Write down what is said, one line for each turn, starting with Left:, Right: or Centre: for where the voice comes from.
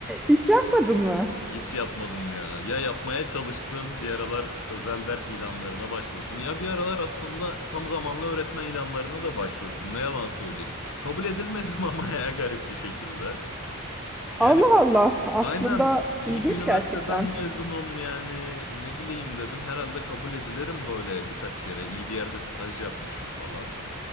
Centre: Hiç yapmadın mı?
Left: Hiç yapmadım ya. Ya yapmaya çalıştım bir aralar özel ders ilanlarına başvurdum. Ya bir aralar aslında tam zamanlı öğretmen ilanlarına da başvurdum. Ne yalan söyleyeyim. Kabul edilmedim <laughs> ama ya garip bir şekilde. Yani
Centre: Allah Allah, aslında
Left: aynen
Centre: ilginç
Left: iyi bir üniversiteden
Centre: gerçekten.
Left: mezunum yani ne bileyim dedim. Herhalde kabul edilirim böyle birkaç yere. İyi bir yerde staj yapmışım falan.